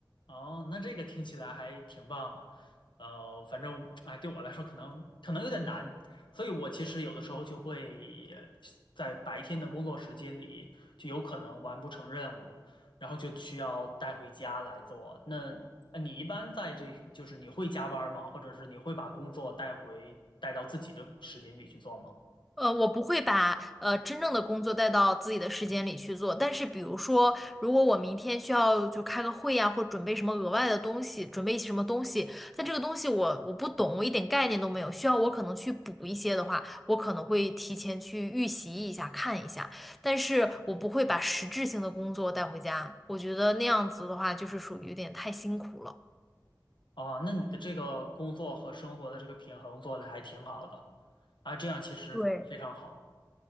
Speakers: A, on the left; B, in the centre.
A: 哦，那这个听起来还挺棒的，呃，反正哎，对我来说可能可能有点难，所以我其实有的时候就会呃在白天的工作时间里，就有可能完不成任务，然后就需要带回家来做。那呃你一般在这，就是你会加班儿吗？或者是你会把工作带回带到自己的时间里去做吗？
B: 呃，我不会把呃真正的工作带到自己的时间里去做，但是比如说，如果我明天需要就开个会呀、或准备什么额外的东西，准备一些什么东西，但这个东西我我不懂，我一点概念都没有，需要我可能去补一些的话，我可能会提前去预习一下，看一下，但是我不会把实质性的工作带回家，我觉得那样子的话就是属于有点太辛苦了。
A: 哦，那你的这个工作和生活的这个平衡做的还挺好的啊，这样其实非常好。
B: 对。